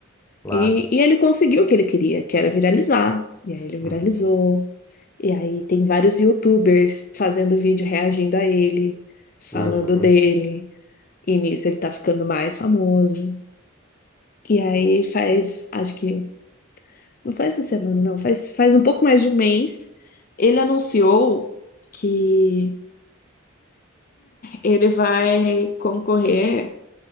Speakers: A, on the left; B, on the left.
A: claro.
B: E, e ele conseguiu o que ele queria, que era viralizar. E aí ele viralizou.
A: Uhum.
B: E aí tem vários YouTubers fazendo vídeo reagindo a ele, falando
A: Uhum.
B: dele. E nisso ele tá ficando mais famoso. E aí faz, acho que Não foi essa semana, não. Faz, faz um pouco mais de um mês. Ele anunciou que ele vai concorrer